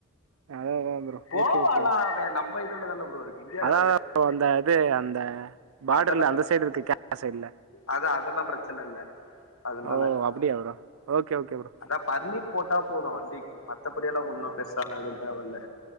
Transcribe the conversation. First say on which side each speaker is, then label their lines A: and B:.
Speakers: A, on the right; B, on the left.
A: அதேதா ப்
B: கோவாலா
A: ஓகே ஓகே
B: அவ நம்ம இதுல தான ப்ரோ இருக்கு இந்தியால
A: அதாத
B: தான இருக்கு
A: அந்த இது அந்த பாடர்ல
B: அதெல்லா
A: அந்த
B: பிரச்சன
A: சைடு
B: இல்ல
A: இருக்கு கேரளா சைடுல
B: அத அதெல்லா பிரச்சன இல்ல அதனால
A: ஓ அப்டியா ப்ரோ ஓகே ஓகே ப்ரோ
B: அதா பர்மிட் போட்டா போது வண்டிக்கு மத்தபடில்லா ஒன்னு பெர்சாலா எது தேவல்ல